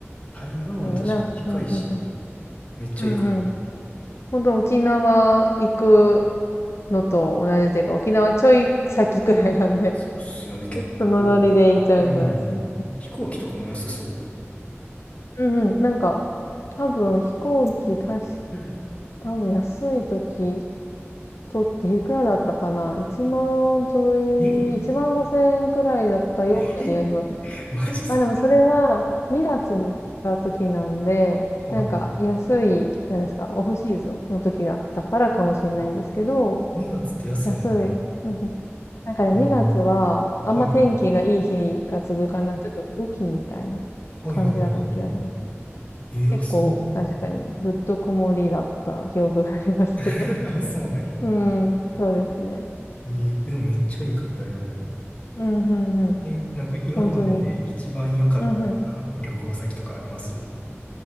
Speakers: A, on the left; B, on the left.
A: 台湾確かに近いし、
B: もうなん、うん、うん、うん。
A: めっちゃいいかも。
B: うん、うん。本当沖縄行くのと同じというか、沖縄ちょい先くらいなんで、
A: そうっすよね。
B: <laughs>
A: 結構、
B: そのノリで行っちゃいますね。
A: うん。飛行機とかも安そ
B: うん、うん。なんか、多分飛行機、たし
A: う。うん。
B: 多分安い時、とっていくらだったかな ?1 万ちょい、
A: え
B: 万5千円くらいだったような気がしますね。
A: <laughs> マジっすか
B: あ、でもそれは2月に行った時なんで、
A: はい。
B: なんか安い、なんですか、オフシーズンの時だったからかもしれないんですけど、
A: あ2月って安いんや。
B: 安い。うんうんなんかね、2月はあんま天気がいい日が続かない、
A: えーはい。
B: ちょっと雨季みたいな感じだった気がします。
A: はいはいはいはい。えー、
B: 結構確かにずっと曇りだった記憶がありますけど。
A: あ、そう。<laughs> あ、そうなんや。
B: うん、そうですね。
A: えー、でもめっちゃいいかも、台湾も。
B: うん、ふんふん。
A: えなんか今までで一番良かった旅行先とかあります
B: ほんとに。うんうんうん本当にうんうん